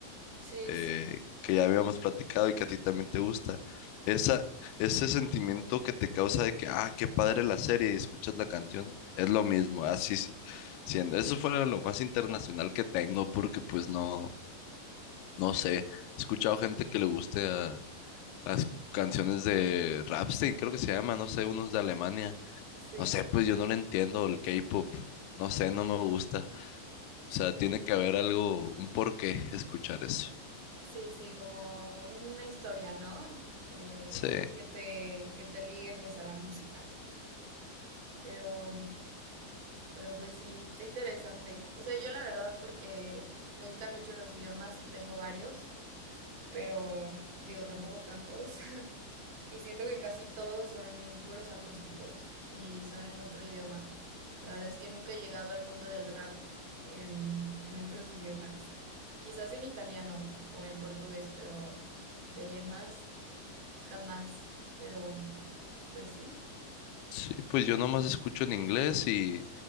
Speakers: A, on the right (about 60°); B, on the left (about 80°).
A: sí,
B: eh,
A: sí,
B: que ya habíamos platicado y que a ti también te gusta. Esa, ese sentimiento que te causa de que, ah, qué padre la serie y escuchas la canción, es lo mismo, así si- siendo. Eso fuera lo más internacional que tengo, porque pues no, no sé, he escuchado gente que le guste a las canciones de Rammstein, creo que se llama, no sé, unos de Alemania.
A: sí,
B: No sé, pues yo no le entiendo el K-pop, no sé, no me gusta. O sea, tiene que haber algo, un porqué escuchar eso.
A: sí, sí, como una historia, ¿no? Que,
B: Sí,
A: que te, que te ligue pues a la música. Pero, pero pues sí, está interesante. O sea, yo la verdad porque me gustan mucho los idiomas y tengo varios. pero digo, tampoco tantos. <laughs> y siento que casi todos son puros acústicos, si son en otro idioma. La verdad es que nunca he llegado al mundo del rap en, en otros idiomas. Quizás en italiano o en portugués, pero de ahí en más, jamás. Pero, pues sí.
B: sí, pues yo nomás escucho en inglés y